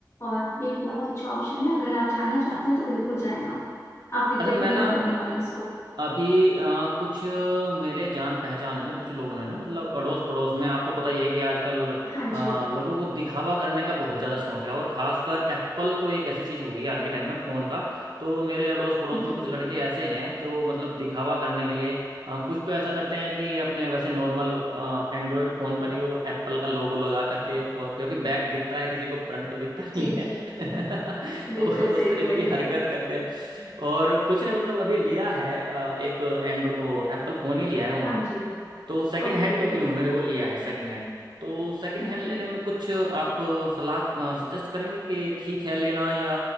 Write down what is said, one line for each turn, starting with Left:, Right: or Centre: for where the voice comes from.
Left: और ये एक बहुत अच्छा ऑप्शन है अगर आप जाना चाहते हैं तो बिल्कुल जाएं आप आप रिग्रेट
Right: अच्छा मैं
Left: नहीं
Right: ना,
Left: करने वाले हैं इसको
Right: अभी अ, कुछ मेरे जान पहचान में कुछ लोगों ने ना मतलब अड़ोस पड़ोस में आपको पता ही है कि आजकल
Left: हाँ
Right: अ,
Left: जी
Right: लोगों को दिखावा करने का बहुत ज़्यादा शौक है और खासकर एप्पल तो एक ऐसी चीज़ हो गई है आज के टाइम में फ़ोन का तो मेरे अड़ोस पड़ोस
Left: जी
Right: में कुछ लड़के ऐसे हैं जो मतलब दिखावा करने के लिए अ, कुछ तो ऐसा करते हैं कि अपने वैसे नॉर्मल एंड्रॉयड फ़ोन पर ही वो एप्पल का लोगो लगा करके और क्योंकि बैक दिखता है किसी को फ्रंट तो दिखता
Left: जी
Right: नहीं है
Left: जी जी,
Right: <laughs>
Left: बिल्कुल
Right: तो
Left: सही
Right: उस तरीके
Left: बोल
Right: की
Left: रहे हैं
Right: हरकत
Left: आप
Right: करते हैं और कुछ ने मतलब अभी लिया है अ, एक एंड वो एप्पल फ़ोन ही लिया है उन्होंने
Left: हाँ जी
Right: तो सेकंड
Left: Okay
Right: हैंड क्योंकि
Left: okay
Right: उन्होंने वो लिया है सेकंड हैंड तो सेकंड
Left: okay
Right: हैंड लेने में कुछ आप सलाह सजेस्ट करेंगे कि ठीक है लेना या